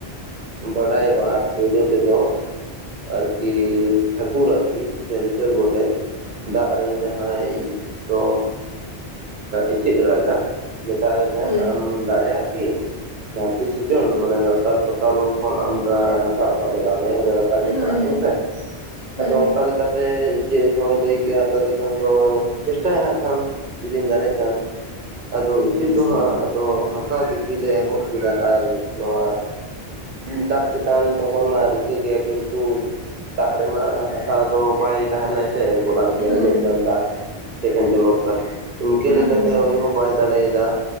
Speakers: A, on the right (about 60°); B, on the left (about 55°).
A: ᱵᱟᱰᱟᱭᱚᱜᱼᱟ ᱯᱩᱭᱞᱳ ᱛᱮᱫᱚ ᱟᱨᱠᱤ ᱴᱷᱟᱹᱠᱩᱨ ᱟᱨᱠᱤ ᱥᱮ ᱞᱤᱴᱟ ᱜᱚᱰᱮᱛ ᱫᱟᱜ ᱨᱮᱱ ᱡᱟᱦᱟᱸᱭ ᱠᱚ ᱤᱪᱟᱹᱜ ᱨᱟᱡᱟ, ᱢᱮᱛᱟ ᱫᱮ ᱛᱟᱦᱮᱸ
B: ᱦᱳᱭ
A: ᱟᱢ ᱫᱟᱲᱮᱭᱟᱜᱼᱟ ᱠᱤ ᱫᱷᱟᱹᱨᱛᱤ ᱥᱤᱡᱚᱱ ᱢᱟᱱᱮ ᱞᱟᱛᱟᱨ ᱯᱟᱛᱟᱞ ᱠᱷᱚᱱ ᱟᱢ ᱦᱟᱥᱟ ᱨᱟᱠᱟᱵ ᱞᱟᱜᱟᱣ ᱢᱮᱭᱟ᱾ ᱞᱟᱛᱟᱨ ᱜᱮ
B: ᱦᱳᱭ
A: ᱯᱟᱲᱟᱜ
B: ᱦᱳᱭ
A: ᱠᱟᱱᱟ ᱥᱮ
B: ᱦᱳᱭ
A: ᱟᱫᱚ ᱚᱱᱠᱟ ᱞᱮᱠᱟᱛᱮ ᱤᱪᱟᱹᱜ ᱦᱚᱸᱭ ᱞᱟᱹᱭ ᱠᱮᱭᱟ ᱛᱟᱦᱚᱞᱮ ᱠᱷᱟᱱ ᱫᱚ ᱪᱮᱥᱴᱟᱭᱟ ᱦᱟᱸᱜ ᱠᱷᱟᱱ ᱡᱩᱫᱤᱧ ᱫᱟᱲᱮᱭᱟᱜ ᱠᱷᱟᱱ᱾ ᱟᱫᱚ ᱤᱪᱟᱹᱜ
B: ᱟᱪᱪᱷᱟ
A: ᱫᱚ ᱦᱟᱸᱜ ᱟᱫᱚ ᱦᱟᱥᱟ ᱫᱤᱯᱤᱞ ᱞᱮ ᱮᱦᱚᱵ ᱠᱮᱫᱟ ᱟᱨ ᱱᱚᱣᱟ ᱫᱟᱜ ᱪᱮᱛᱟᱱ ᱫᱚᱦᱚ ᱨᱮᱱᱟᱜ ᱨᱤᱠᱟᱹ ᱠᱮᱜ-ᱟ ᱠᱤᱱᱛᱩ ᱫᱟᱜ ᱨᱮᱢᱟ ᱟᱨ ᱦᱟᱥᱟ ᱫᱚ ᱵᱟᱭ ᱛᱟᱦᱮᱱᱟᱭ ᱜᱚᱞᱟᱜ ᱜᱮᱭᱟ
B: ᱦᱳᱭ ᱦᱳᱭ
A: ᱩᱱᱟᱹᱜ ᱜᱟᱱ ᱫᱟᱜ ᱮᱠᱷᱮᱱ ᱡᱚᱞᱚᱠᱟᱨ ᱤᱱᱠᱟᱹ
B: ᱦᱳᱭ
A: ᱞᱮᱠᱟᱛᱮ ᱩᱱᱤ ᱦᱚᱸ ᱵᱟᱭ ᱫᱟᱲᱮᱭᱫᱟ,